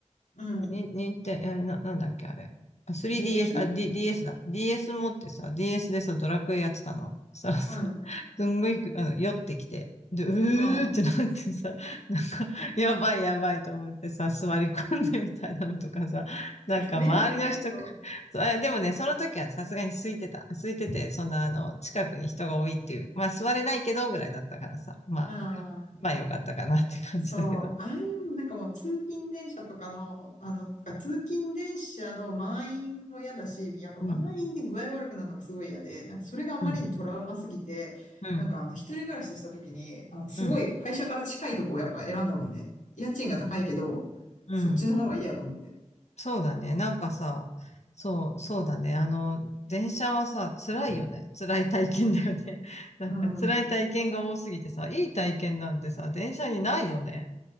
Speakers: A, on the left (about 85°); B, on the left (about 60°).
A: うん。
B: に、任天、えな、なんだっけあれ。あ 3DS、
A: DS?
B: あ、D、DS だ。ディーエス持ってさ、DS でさ、ドラクエやってたの。そしたらさ、
A: うん、
B: すんごいあの、酔ってきて、で、う
A: うん。
B: ーってなってさ、<laughs> なんか、やばいやばいと思ってさ、座り込んでみたいなのとかさ、<laughs> なんか周りの人、
A: 迷惑なやつだ。
B: <laughs> そうあでもね、その時はねさすがに空いてた。空いてて、そんな、あの、近くに人が多いっていう、まあ座れないけどぐらいだったからさ、まあ、
A: うん。
B: まあよかったかなって感じだけど。
A: そう、ああいうなんかもう通勤電車とかの、あの、てか通勤電車の満員も嫌だし、やっぱ満員で具合悪くなるのがすごい嫌で、
B: うん、
A: なんかそれがあまりにトラウマすぎて、
B: うん、うん、
A: なんかあの一人暮らしした時に、あのすごい会社から近いとこをやっぱ選んだもんね。
B: うん、
A: 家賃が高いけど、
B: うん。
A: そっちの方がいいやと思って。
B: そうだね。なんかさ、そう、そうだね。あの、電車はさ、辛いよね。辛い体験だよね。<laughs> なんか辛い体験が多すぎてさ、
A: うん、
B: いい体験なんてさ、電車にないよね。